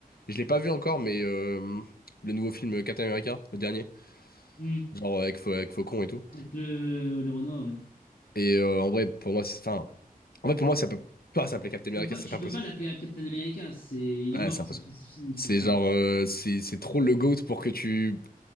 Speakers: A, on the left (about 80°); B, on the left (about 70°).
A: Je l'ai pas vu encore, mais euh, le nouveau film Captain America, le dernier,
B: Hmm.
A: genre euh, avec, Fa- avec Faucon et tout.
B: Avec le, le Renoir, ouais.
A: Et euh, en vrai, pour moi, c'est. Enfin, en fait, pour moi, ça peut pas s'appeler Captain
B: Tu peux
A: America,
B: pas,
A: c'est
B: tu
A: pas
B: peux
A: possible.
B: pas l'appeler Captain America. C'est, il
A: Ouais,
B: est mort,
A: c'est impossible.
B: c'est tout, c'est fini, il
A: C'est
B: faut stop.
A: genre, euh, c'est c'est trop le GOAT pour que tu